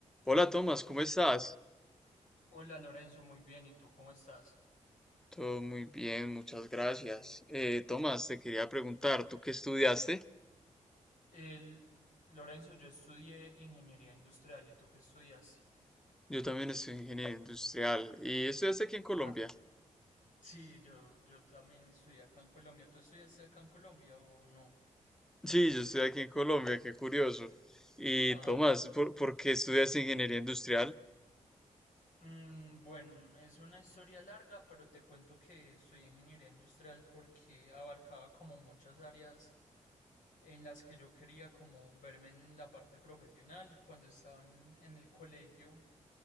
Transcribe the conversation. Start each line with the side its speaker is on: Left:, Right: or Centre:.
Centre: Hola Tomás, ¿cómo estás?
Left: Hola Lorenzo, muy bien. ¿Y tú cómo estás?
Centre: Todo muy bien, muchas gracias.
Left: Qué bueno.
Centre: Eh, Tomás, te quería preguntar, ¿tú qué estudiaste?
Left: El, Lorenzo, yo estudié ingeniería industrial. ¿Y tú qué estudiaste?
Centre: Yo también estoy ingeniería industrial y estudiaste aquí en Colombia.
Left: Ah, sí, yo, yo también estudié acá en Colombia. ¿Tú estudiaste acá en Colombia o no?
Centre: Sí, yo estoy aquí en Colombia, qué curioso. Y
Left: Ah,
Centre: Tomás, ¿por, por qué estudiaste ingeniería industrial?
Left: mm, bueno, es una historia larga, pero te cuento que estudié ingeniería industrial porque abarcaba como muchas áreas en las que yo quería como verme en la parte profesional. Cuando estaba en en el colegio,